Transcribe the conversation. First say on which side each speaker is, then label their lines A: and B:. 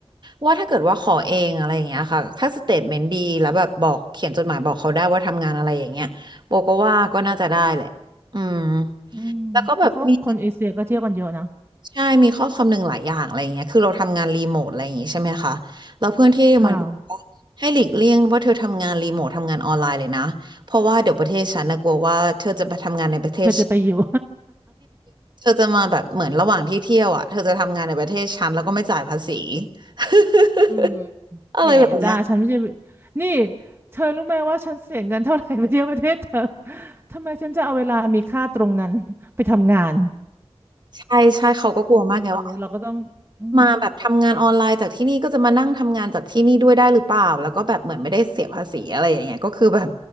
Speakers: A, on the right (about 45°); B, on the right (about 25°).
A: ว่าถ้าเกิดว่าขอเองอะไรอย่างเงี้ยค่ะถ้าสเตทเมนต์ดีแล้วแบบบอกเขียนจดหมายบอกเขาได้ว่าทำงานอะไรอย่างเงี้ยโบก็ว่าก็น่าจะได้แหละอืม
B: อืมเขาก็คนเอเชียก็เที่ยวกันเยอะนะ
A: แล้วก็แบบมี ใช่มีข้อความหนึ่งหลายอย่างอะไรอย่างเงี้ยคือเราทำงานรีโมทอะไรอย่างงี้ใช่ไหมคะแล้วเพื่อนที่มันก็บอกว่าให้หลีกเลี่ยงว่าเธอทำงานรีโมททำงานออนไลน์เลยนะเพราะว่าเดี๋ยวประเทศฉันนะกลัวว่าเธอจะไปทำงานในประเทศ
B: ค่ะเธอจะไปอยู่
A: เธอจะมาแบบเหมือนระหว่างที่เที่ยวอ่ะเธอจะทำงานในประเทศฉันแล้วก็ไม่จ่ายภาษี <laughs>
B: อืม
A: อะไรแบบเนี้ย
B: เก๋จ้าฉันไม่ใช่นี่เธอรู้ไหมว่าฉันเสียเงินเท่าไหร่ไปเที่ยวประเทศเธอทำไมฉันจะเอาเวลามีค่าตรงนั้นไปทำงาน
A: ใช่ใช่เขาก็กลัวมากไงว่า
B: เออเราก็ต้องอืม
A: มาแบบทำงานออนไลน์จากที่นี่ก็จะมานั่งทำงานจากที่นี่ด้วยได้หรือเปล่าแล้วก็แบบเหมือนไม่ได้เสียภาษีอะไรอย่างเงี้ยก็คือแบบ